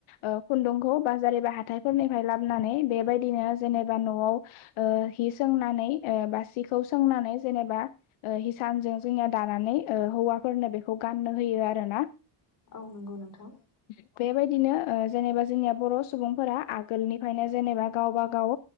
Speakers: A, on the left; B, on the left.
A: ओ खुन्दुंखौ बाजार एबा हाथायफोरनिफाय लाबनानै बेबायदिनो जेनेबा न'आव ओ हि सोंनानै ओ बा सिखौ सोंनानै जेनेबा ओ हिसानजों जोंनिया दानानै ओ हौवाफोरनो बेखौ गाननो होयो आरो ना
B: औ नंगौ नोंथां
A: बे बायदिनो जेनेबा जोंनिया बर' सुबुंफोरा आगोलनिफ्रायनो जेनेबा गावबा गाव